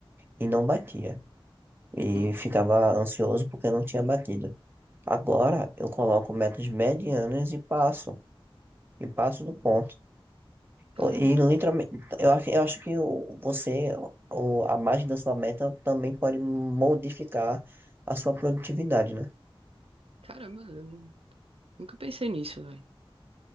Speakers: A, on the right; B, on the right.
A: e não batia. E
B: Hum.
A: ficava ansioso porque não tinha batido. Agora eu coloco metas medianas e passo. E passo do ponto.
B: Caramba.
A: Eu- E literalmente, eu, acho- eu acho que o- você, o, a margem da sua meta também pode modificar a sua produtividade, né?
B: Caramba, eu nu- nunca pensei nisso, velho.